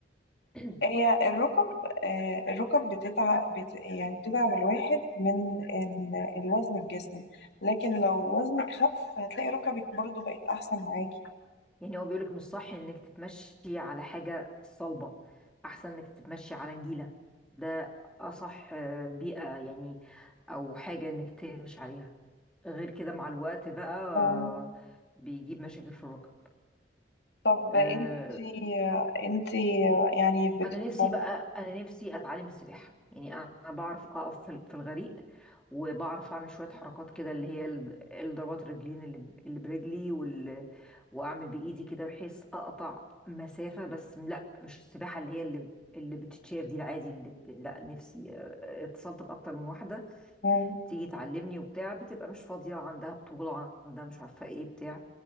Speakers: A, in the centre; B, on the left (about 65°).
A: <clears throat>
B: هي الركب آه، الركب بتتعب بت يعني بتتعب الواحد من ال- الوزن في جسمه لكن لو وزنك خف هتلاقي ركبك برضو بقت أحسن معاكي
A: يعني هو بيقولك مش صح انك تتمشي على حاجة صلبة احسن انك تتمشي على نجيلة ده اصح آه، بيئة يعني او حاجة انك تمشي عليها غير كده مع الوقت بقى آه،
B: اه
A: بيجيب مشاكل في الركب
B: طب
A: آه،
B: انتي آه، انتي يعني بتتمرن
A: انا نفسي بقى انا نفسي اتعلم السباحه يعني انا أنا بعرف اقف في ال- في الغريق وبعرف اعمل شويه حركات كده اللي هي ال- الضربات الرجلين اللي ب- اللي برجلي وال... واعمل بايدي كده بحيث اقطع مسافه بس لا مش السباحه اللي هي اللي اللي بتتشاف دي العادي اللي ب... لا نفسي آه، آه، اتصلت باكتر من واحده
B: مم.
A: تيجي تعلمني وبتاع بتبقى مش فاضيه عندها بطوله عندها مش عارفه ايه بتاع